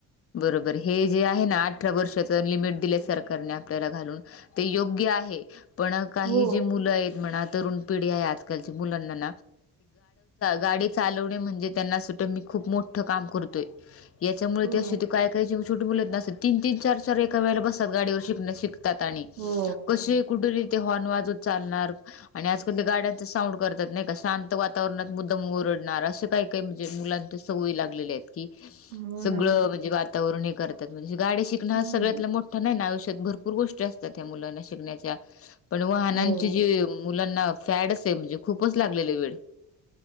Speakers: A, on the left (about 30°); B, on the right (about 85°).
A: बरोबर हे जे आहे ना अठरा वर्षाच लिमिट दिलं सरकारने आपल्याला घालून. ते योग्य आहे पण काही
B: हो
A: जे मुलं आहेत म्हणत तरण पिढ आजल मुलां गाडी चालवणे म्हणजे त्यांना अस मी खूप मोठं काम करतोय याच्यामुळे
B: हो
A: ते असशी काय कयी छोटे मुोलत नत तीन तीन चार एका वेळेला बसतात गाडीवर शतात आणि
B: हो
A: क. कुठून तेे हॉर्न वाजत चालणार. आणि आजकाल ते गाड्यांचं साऊंड करतात नाही का शांत वातावरणात मुद्दम ओरडणार असं काही काही म्हणजे मुलां. ते सवय लागलेले आहेत. की
B: हो
A: सगळं
B: ना
A: म्हणजे वातावरण हे करतात म्हणजे गाडी शिकण हा
B: हो
A: सगळ्यात मोठ मो नाही ना आयुष्यात भरपूर गोष्टी असतात त्या मुलांना शिकण्याच्या. पण वाहनांची
B: हो
A: जी मुलांना फॅड असे म्हणजे खूपच लागलेला वेळ.